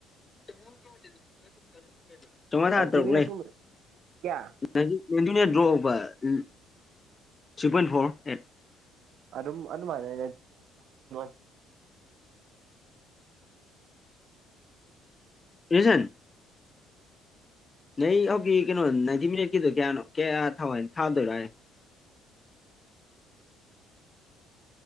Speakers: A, on the left; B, on the right.
A: <unintelligible>
B: ꯅꯥꯏꯟꯇꯤ ꯃꯤꯅꯠ ꯁꯨꯕꯗ ꯀꯌꯥ
A: <unintelligible>
B: ꯑꯗꯨꯝ ꯑꯗꯨꯃꯥꯢꯅꯦ <unintelligible>
A: <unintelligible> <unintelligible>